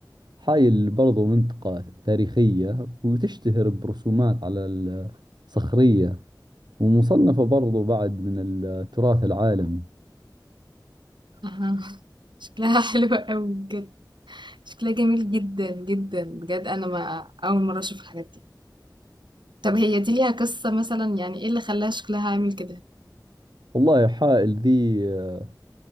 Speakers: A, on the right; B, on the right.
A: حايل برضو منطقة تاريخية وتشتهر برسومات على الصخرية ومصنفة برضو بعد من التراث العالمي
B: آه. <laughs> شكلها حلو قوي بجد شكلها جميل جدا جدا بجد انا ما اول مره اشوف الحاجات دي طب هي دي ليها قصه مثلا يعني ايه اللي خلاها شكلها عامل كده
A: والله حائل ذي آه،